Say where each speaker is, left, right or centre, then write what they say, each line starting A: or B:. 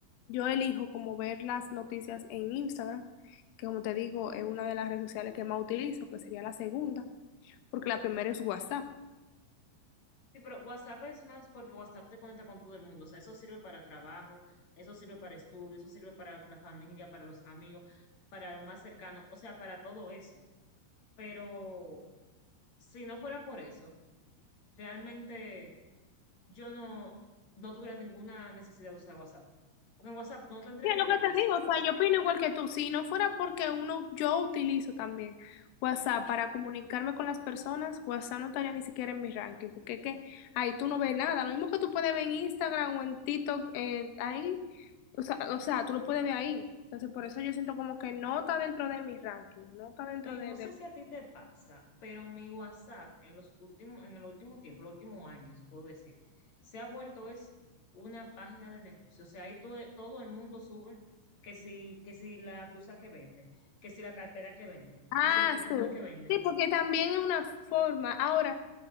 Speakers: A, on the left; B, on the left.
A: yo elijo como ver las noticias en Instagram, que como te digo, es una de las redes sociales que más utilizo, que sería la segunda, porque la primera es WhatsApp.
B: Sí, pero WhatsApp es más porque WhatsApp te conecta con todo el mundo. O sea, eso sirve para trabajo, eso sirve para estudio, eso sirve para la familia, para los amigos, para lo más cercano, o sea, para todo eso. Pero si no fuera por eso, realmente yo no, no tuviera ninguna necesidad de usar WhatsApp. Porque en WhatsApp no te entretiene
A: Mira, lo que
B: casi.
A: te digo, o sea, yo opino igual que tú. Si no fuera porque uno, yo utilizo también WhatsApp para comunicarme con las personas, WhatsApp no estaría ni siquiera en mi ranking, porque es que ahí tú no ves nada. Lo mismo que tú puedes ver en Instagram o en TikTok, eh, ahí, o sea, o sea, tú lo puedes ver ahí. Entonces, por eso yo siento como que no está dentro de mi ranking, no está dentro
B: No, y
A: de,
B: no
A: de-
B: sé si a ti te pasa, pero mi WhatsApp en los últimos, en el último tiempo, los últimos años, puedo decir, se ha vuelto es una página de negocio. O sea, ahí todo, todo el mundo sube que si, que si la blusa que vende, que si la cartera que vende,
A: Ah,
B: que si el perfume
A: sí.
B: que vende.
A: Sí, porque también es una forma, ahora,